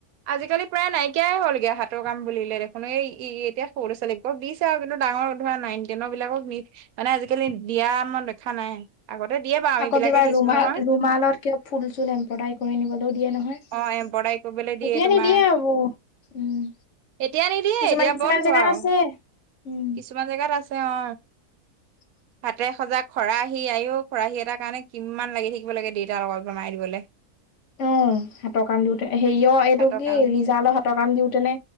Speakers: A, on the right; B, on the left.
A: আজিকালি প্ৰায় নাইকিয়াই হ'লগৈ হাতৰ কাম বুলিলে দেখোনো এই ই এতিয়া সৰু ছোৱালীবোৰক দিছে আৰু কিন্তু ডাঙৰ ধৰা নাইনটেনৰ বিলাকক নি মানে আজিকালি দিয়া মই দেখা নাই। আগতে দিয়ে বাৰু আমি
B: আকৌ
A: বিলাকে
B: কিবা
A: দিছো
B: ৰুমাল
A: নহয়
B: ৰুমালত কিয় ফুল চুল এম্প্ৰডাই কৰি নিবলৈও দিয়ে নহয়।
A: অ এম্ব্ৰইডাৰী কৰিবলৈ দিয়ে
B: এতিয়া
A: তোমাৰ
B: নিদিয়ে এইবোৰ উম।
A: এতিয়া নিদিয়ে
B: কিছুমান
A: এতিয়া
B: কিছুমান
A: বন্ধ
B: জেগাত
A: আৰু
B: আছে। উম
A: কিছুমান জেগাত আছে অ।
B: <inaudible>
A: হাতে সজা খৰাহী আও খৰাহী এটাৰ কাৰণে কিমানমান লাগি থাকিব লাগে দেউতাৰ লগত বনাই দিবলৈ।
B: অ। হাতৰ কাম দিওতে হেৰিয় এইটো
A: ভাতৰ
B: কি
A: কাৰণে
B: ৰিজালৰ হাতৰ কাম দিওঁতেনে